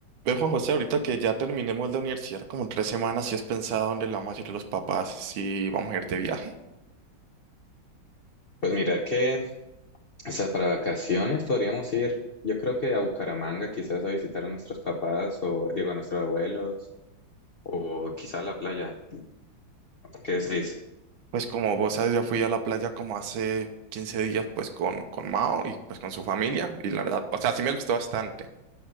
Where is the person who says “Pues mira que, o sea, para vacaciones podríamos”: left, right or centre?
Left